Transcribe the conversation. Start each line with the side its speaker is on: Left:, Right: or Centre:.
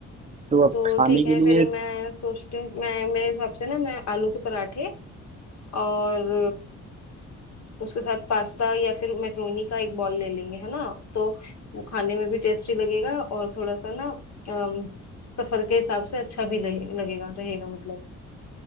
Right: तो अब
Left: तो
Right: खाने
Left: ठीक
Right: के
Left: है फिर
Right: लिए
Left: मैं सोचती हूँ मैं मेरे हिसाब से ना मैं आलू के पराठे और उसके साथ पास्ता या फिर मैक्रोनी का एक बॉल ले लेंगे है ना तो वो खाने में भी टेस्टी लगेगा और थोड़ा सा ना अम, सफर के हिसाब से अच्छा भी लगे, लगेगा रहेगा मतलब